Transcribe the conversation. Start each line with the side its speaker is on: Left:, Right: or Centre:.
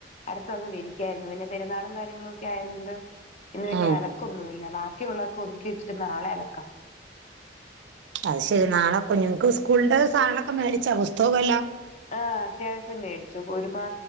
Left: അടുത്തതങ്ങ് വിരിക്കായിരുന്നു പിന്നെ പെരുന്നാളും കാര്യങ്ങളും ഒക്കെ ആയത് കൊണ്ട് ഇന്ന് വലിയ
Right: ഉം
Left: അലക്കൊന്നുവില്ല ബാക്കിയുള്ളതൊക്കെ ഒതുക്കി വച്ചിട്ട് നാളെ അലക്കാം
Right: അത് ശരിയാ നാളെ കുഞ്ഞുങ്ങക്ക് സ്കൂളിന്റെ സാധനൊക്കെ മേടിച്ചൊ പുസ്തകും എല്ലാം?
Left: ആഹ് അത്യാവിശ്യം മേടിച്ചു ഒരുപാ